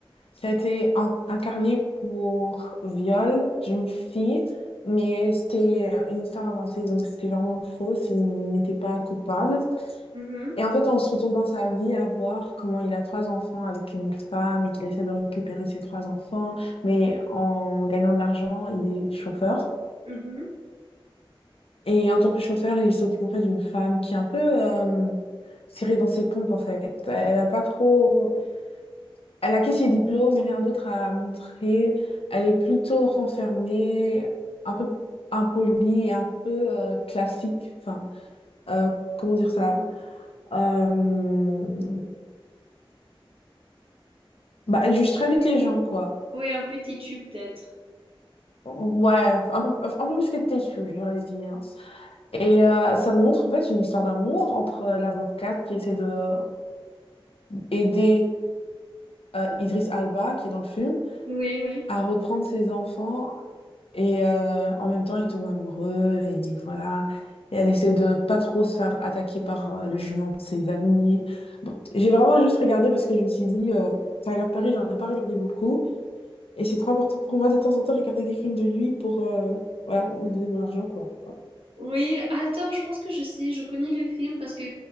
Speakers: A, on the left; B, on the right.
A: qui a été en- incarnée pour viol d'une fille, mais c'était une histoire avancée, donc c'était vraiment faux, il n'était pas coupable.
B: Mhm,
A: Et en fait, on se retrouve dans sa vie à voir comment il a trois enfants avec une femme et qu'il essaie de récupérer ses trois enfants, mais en gagnant de l'argent, il est chauffeur.
B: mhm.
A: Et en tant que chauffeur, il s'occupe en fait d'une femme qui est un peu euh, serrée dans ses pompes en fait. Elle a pas trop Elle a que ses diplômes et rien d'autre à montrer. Elle est plutôt renfermée, un peu impolie, et un peu euh, classique. Enfin, euh, comment dire ça? Euh, Bah, elle juge très vite les gens, quoi.
B: Oui, un peu têtu peut-être.
A: Ouais, un peu, un peu plus que têtue, j'aurais dire. Et euh, ça montre en fait une histoire d'amour entre euh, l'avocate qui essaie de aider euh, Idriss Alba, qui est dans le film,
B: Oui, oui.
A: à reprendre ses enfants Et euh, en même temps, ils tombent amoureux et voilà. Et elle essaie de pas trop se faire attaquer par euh, le jument de ses amis. Bon, j'ai vraiment juste regardé parce que je me suis dit, euh, Tyler Perry, j'en ai pas regardé beaucoup. Et c'est trop important pour moi de temps en temps regarder des films de lui pour euh, voilà, lui donner mon argent, quoi.
B: Oui, attends, je pense que je sais, je connais le film parce que